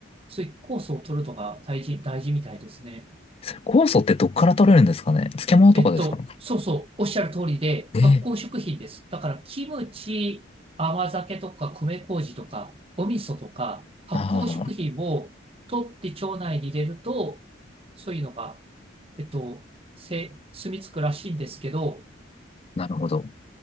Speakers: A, on the right (about 30°); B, on the left (about 30°).
A: そういう酵素を取るのが大事、大事みたいですね。
B: それ酵素ってどっから取れるんですかね漬物とかですか
A: えっと、そうそう、おっしゃる通りで、
B: ねえ、
A: 発酵食品です。だから、キムチ、甘酒とか、米麹とか、お味噌とか、発酵食品を取って腸内に入れると、
B: ああ、
A: そういうのが、えっと、せ、住み着くらしいんですけど、
B: なるほど。